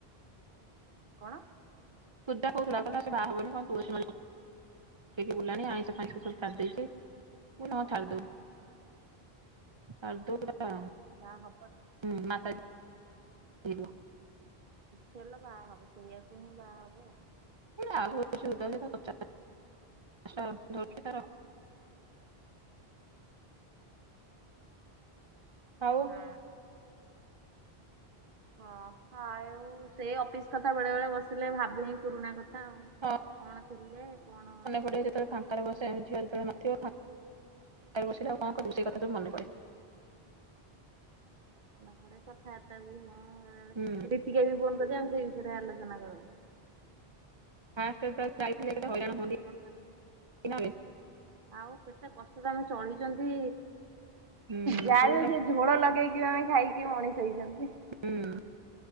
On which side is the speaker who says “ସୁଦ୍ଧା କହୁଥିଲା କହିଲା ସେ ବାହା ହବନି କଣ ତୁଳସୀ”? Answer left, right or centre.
Right